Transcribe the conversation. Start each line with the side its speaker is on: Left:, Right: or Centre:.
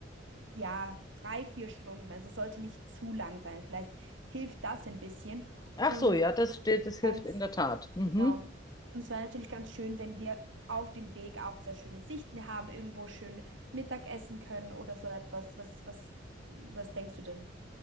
Right: ja, drei, vier Stunden. Also sollte nicht zu lang sein. Vielleicht hilft das ein bisschen.
Left: Ach
Right: Und
Left: so, ja, das steht, das hilft
Right: dann
Left: in der Tat. Mhm.
Right: Genau. Und es war natürlich ganz schön, wenn wir auf dem Weg auch sehr schöne Sichten haben, irgendwo schön Mittag essen können oder so etwas. Was, was, was denkst du denn?